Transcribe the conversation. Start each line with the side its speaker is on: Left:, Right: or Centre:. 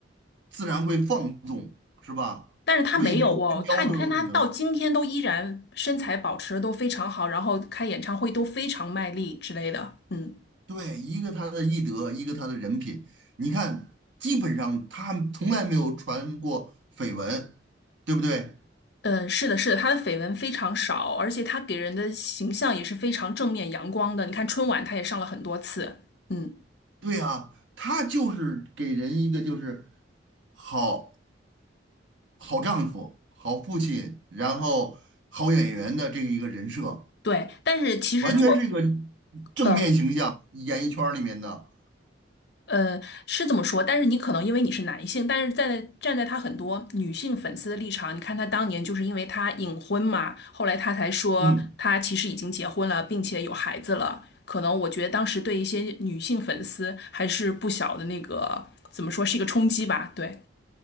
Right: 自然会放纵，是吧？
Left: 但是他没有哦，
Right: 为富新高都有可能。
Left: 他你看他到今天都依然身材保持得都非常好，然后开演唱会都非常卖力之类的，嗯。
Right: 对，一个他的艺德，一个他的人品。你看，基本上他从来没有传过绯闻，对不对？
Left: 嗯，是的，是的，他的绯闻非常少，而且他给人的形象也是非常正面阳光的。你看春晚，他也上了很多次，嗯，
Right: 对啊，他就是给人一个就是好好丈夫、好父亲，然后好演员的这个一个人设，
Left: 对。但是其实做，
Right: 完全是一个正面形象，
Left: 呃
Right: 演艺圈儿里面的。
Left: 呃，是这么说，但是你可能因为你是男性，但是在站在他很多女性粉丝的立场，你看他当年就是因为他隐婚嘛，后来他才说他其实已经结婚了，
Right: 嗯。
Left: 并且有孩子了。可能我觉得当时对一些女性粉丝还是不小的那个，怎么说是一个冲击吧，对。